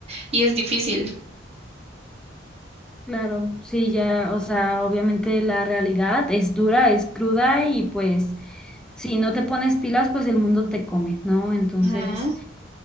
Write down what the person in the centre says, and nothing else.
Claro, sí, ya, o sea, obviamente la realidad es dura, es cruda y pues si no te pones pilas, pues el mundo te come, ¿no? Entonces...